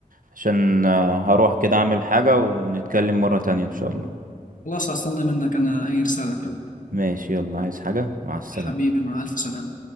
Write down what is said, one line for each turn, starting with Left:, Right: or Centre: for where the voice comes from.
Right: عشان آه، هروح كده اعمل حاجة ونتكلم مرة تانية ان شاء الله
Left: خلاص هستنى منك انا اي رساله كده
Right: ماشي يلا عايز حاجة مع السلامة
Left: حبيبي مع ألف سلامة